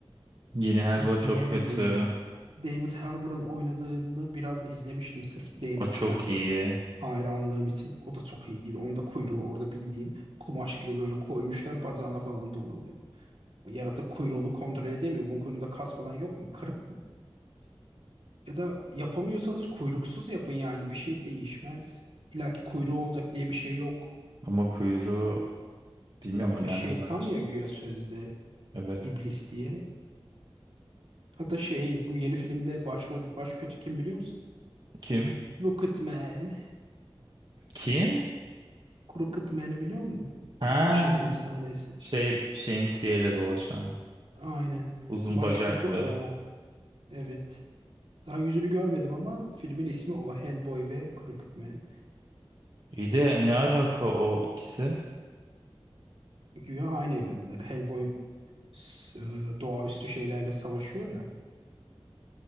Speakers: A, on the right; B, on the right.
A: Yeni Helva
B: İzleyemedim.
A: çok kötü.
B: David Harbour'ın oynadığını biraz izlemiştim sırf David
A: O çok
B: Harbour
A: iyi.
B: hayranlığım için. O da çok iyi değil. Onda kuyruğu orada bildiğin kumaş gibi böyle koymuşlar bacağına falan dolanıyor. Yaratık kuyruğunu kontrol edemiyor. Bunun kuyruğunda kas falan yok mu? Kırık mı? Ya da yapamıyorsanız kuyruksuz yapın yani. Bir şey değişmez. İlla ki kuyruğu olacak diye bir şey yok.
A: Ama kuyruğu bilmiyorum önemli
B: Ya şeytan
A: bence.
B: ya güya sözde
A: Evet.
B: iblis diye. Hatta şey bu yeni filmde başrol baş kötü kim biliyor musun?
A: Kim?
B: Rocketman.
A: Kim?
B: Kuru kıtmeni biliyor musun?
A: Ha,
B: Bir Şehir efsanesi.
A: şey şemsiyeyle dolaşan.
B: Aynen.
A: Uzun
B: Baş
A: bacaklı.
B: kötü o. Evet. Daha yüzünü görmedim ama filmin ismi o. Hellboy ve Crooked Man.
A: İyi de ne alaka o ikisi?
B: Güya aynı evrenler. Hellboy s- e, doğaüstü şeylerle savaşıyor ya.